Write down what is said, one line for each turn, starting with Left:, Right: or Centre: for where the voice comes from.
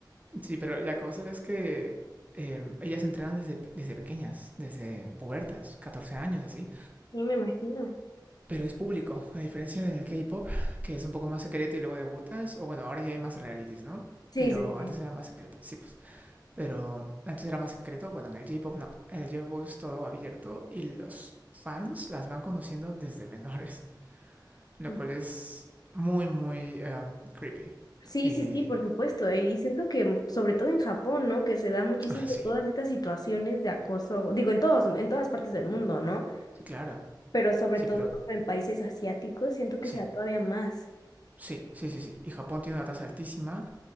Right: Sí, pero la cosa es que em, ellas entrenan desde, pe- desde pequeñas, desde pubertas, 14 años así,
Left: Sí, me imagino.
Right: pero es público, a diferencia del K-pop, que es un poco más secreto y luego debutas, o bueno, ahora ya hay más realities, ¿no?
Left: Sí,
Right: Pero
Left: sí,
Right: antes era más secreto, sí, pues. Pero antes era más secreto, bueno, en el J-pop no, en el J-pop es todo abierto y los fans las van conociendo desde menores, <laughs> lo
Left: sí.
Right: cual es muy, muy em, creepy.
Left: Sí,
Right: Y
Left: sí, sí, por supuesto. eh, Y siento que mm, sobre todo en Japón, ¿no? Que se da muchísimo
Right: ah, sí,
Left: todas estas situaciones de acoso, digo, en todos, en todas partes del mundo, ¿no?
Right: sí, claro,
Left: Pero sobre
Right: sí,
Left: todo
Right: pero
Left: como en países asiáticos, siento que
Right: sí.
Left: se da todavía más.
Right: Sí, sí, sí, sí. Y Japón tiene una tasa altísima